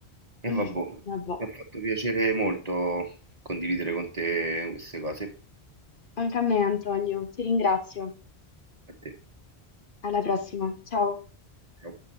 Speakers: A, on the right (about 40°); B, on the left (about 55°).
A: E
B: <clears throat>
A: vabbè, mi
B: Vabbè,
A: ha fatto piacere molto condividere con te queste cose.
B: anche a me, Antonio, ti ringrazio.
A: A te.
B: Alla prossima, ciao.
A: Ciao.